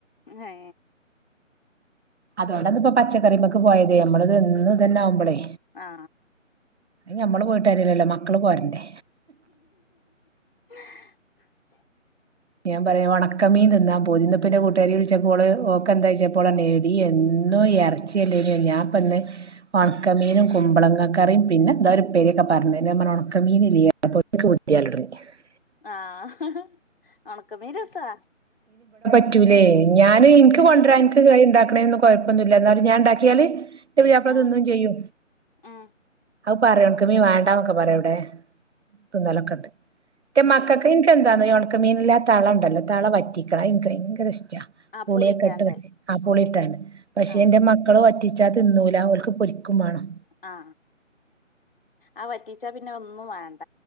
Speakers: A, on the left (about 45°); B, on the right (about 60°).
A: എ ഏ
B: അതുകൊണ്ട ഇപ്പൊ പച്ചക്കറീ മൊക്കെ പോയതേ നമ്മള് എന്നുംഇതു തന്നെ ആകുമ്പോളേ
A: ആ
B: ഞമ്മള് പോയിട്ടു കാര്യമില്ലല്ലോ മക്കള് പോരണ്ടെ
A: <inaudible>
B: ഞാൻ പറയാം ഉണക്കമീൻ തി ന്നാൻ പുതി നിന്റെ കൂട്ടാരിയെ <inaudible> ച്ചപ്പോള് ഓക്കെ എന്താ വച്ചപ്പോള നേ <inaudible> ഈ എന്നും ഇറച്ചിയല്ലേ ഞാൻപ്പന്ന് ഉണക്കമീനും കുമ്പളങ്ങക്കറിയും പിന്നെ എന്ത ഒരു പേരിക്കെ പറഞ്ഞു ഉണക്കമീന <unintelligible>
A: ആഹ ഉണകമീൻ രസമ
B: പറ്റൂലെ ഞാൻ അ എനിക്ക് കൊണ്ടരാന് കറി ഉണ്ടാക്കണെന്ന് കുഴപ്പൊന്നുമി ല്ല എന്നാലും ഞാൻ ഉണ്ടാക്കിയാല് പുതിയാപ്ല
A: ആ
B: തിന്നുംചെയ്യൂ
A: ഉം
B: അ പറയും ഉണക്ക മീൻ വേണ്ടന്നൊക്കെ പറയും ഇവിടെ ന ന്തലൊക്കെ ഉണ്ട് മക്കക്
A: ഏ
B: <inaudible> ഉണക്കമീനല്ലാ ചാള ഉ ണ്ടല്ലോചാള വറ്റിക്കണം എനിക്ക് ഭയങ്കര ഇഷ്ടം
A: ആ
B: പുളിയൊക്കെ
A: പുളിയിട്ടാണ്ട്
B: ഇട്ടു പറ്റികണം പൊളിയിട്ടാണ് പക്ഷെ
A: ആ
B: എന്റെ മക്കളും പറ്റി ച്ചാ തിന്നൂല ഓൽക്ക് പൊരിക്കും മാണം.
A: ആ ആ വറ്റിച്ച പിന്നെ ഒന്നും വേ